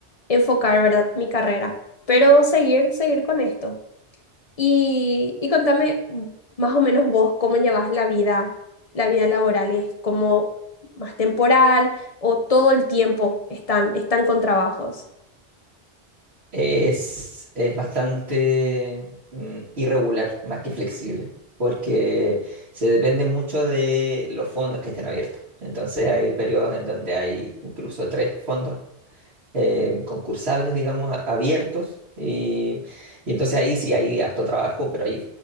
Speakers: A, on the left; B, on the right.
A: enfocar, ¿verdad?, mi carrera, pero seguir, seguir con esto. Y, y contame m- más o menos vos cómo llevas la vida, la vida laboral, ¿es como más temporal o todo el tiempo están, están con trabajos?
B: Es, es bastante mm, irregular, más que flexible, porque se depende mucho de los fondos que estén abiertos. Entonces hay periodos en donde hay incluso tres fondos eh, concursables, digamos, a- abiertos. Y, y entonces ahí sí hay harto trabajo, pero hay